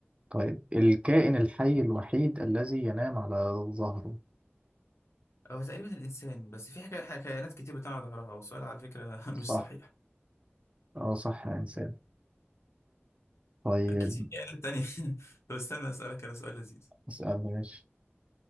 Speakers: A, on the right; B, on the left.
A: طيب الكائن الحي الوحيد الذي ينام على ظهره
B: هو تقريبا الانسان بس في حكا- حكايات كتير بتاع على ظهرها والسؤال على فكره <laughs>
A: صح
B: مش صحيح
A: اه صح يا انسان طيب
B: اكيد في كائنات تانية <laughs> طب استنى اسالك انا سؤال لذيذ
A: اسألني ماشي